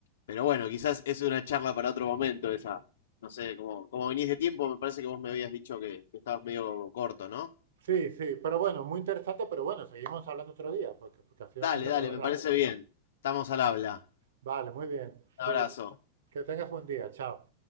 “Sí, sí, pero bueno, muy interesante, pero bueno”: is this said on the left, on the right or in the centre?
Right